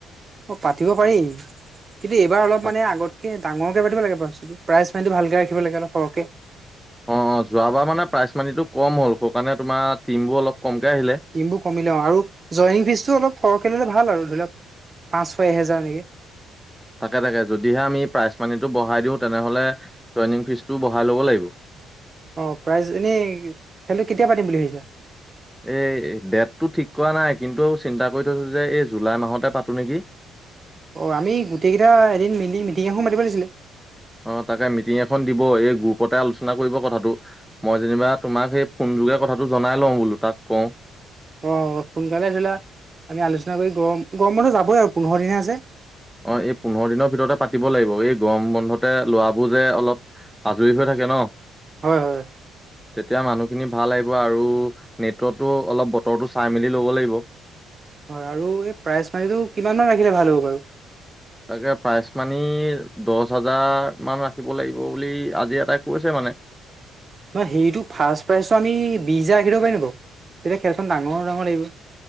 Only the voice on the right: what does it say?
অ পাতিব পাৰি কিন্তু এইবাৰ অলপ
মানে আগতকে ডাঙৰকে পাতিব লাগেটো প্ৰ পানটো ভালকে ৰাখ লাগেল সৰহে
টিমবোৰ কমিলে অ আৰু জইনিং ফিজটো অলপ সৰহকৈ ল'লে ভাল আৰু ধৰি লওক পাঁচ ছয় এহেজাৰ নেকি
অঁ প্ৰাইজ এনেই খেলটো কেতিয়া পাতিম বুলি ভাবিছ
অ আমি গোটেইকেইটা এদিন মিলি মিটিং এখন মাতিব লিছিলে
অঁ সোনকালে ধৰি লা আমি আলোচনা কৰি গৰম গৰম মানহ যাবই আৰু পোন্ধৰ দিন হে আছে
হয় হয়
হয় আৰু এই প্ৰাইজ মাৰিটো কিমান ম ৰাখিলে ভাল হ'ব বাৰু
নহয় সেইটো ফাৰ্ষ্ট প্ৰাইজটো আমি বিশছ হাজাৰ ৰাখি দিব পাৰিমো বাৰু তেতিয়া খেলখন ডাঙৰ ডাঙৰ লাগিব